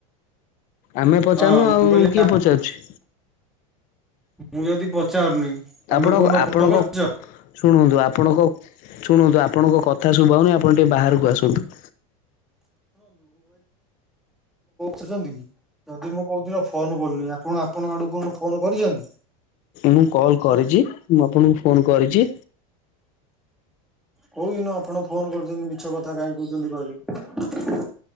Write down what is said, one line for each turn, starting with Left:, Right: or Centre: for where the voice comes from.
Left: ଆମେ ପଚାରୁନୁ
Centre: ହଁ ମୁଁ
Left: ଆଉ
Centre: କହିଲି
Left: କିଏ ପଚାରୁଛିୁ
Centre: ମୁଁ ଯଦି ପଚାରୁନି ତମେ
Left: ଆପଣ
Centre: କୋଉଦିନ
Left: ଆପଣଙ୍କ
Centre: ଫୋନ କରିଛ
Left: ଶୁଣନ୍ତୁ ଆପଣଙ୍କ ଶୁଣନ୍ତୁ ଆପଣଙ୍କ କଥା ଶୁଭଉନି ଆପଣ ଟିକେ ବାହାରକୁ ଆସନ୍ତୁ
Centre: କହୁଛନ୍ତି କି ଯଦି ମୁଁ କୋଉଦିନ ଫୋନ କରୁନି ଆପଣ ଆପଣ ଆଡକୁ ଫୋନ କରିଛନ୍ତି
Left: ମୁଁ କଲ କରିଛି ମୁଁ ଆପଣଙ୍କୁ ଫୋନ କରିଛି
Centre: କହୁିନୁ ଆପଣ ଫୋନ କରୁଛନ୍ତି ମିଛ କଥା କାହିଁ କହୁଛନ୍ତି କହିଲେ